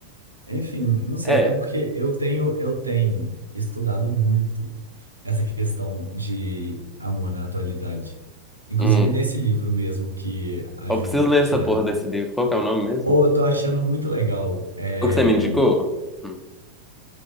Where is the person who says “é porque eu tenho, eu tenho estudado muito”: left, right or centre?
Right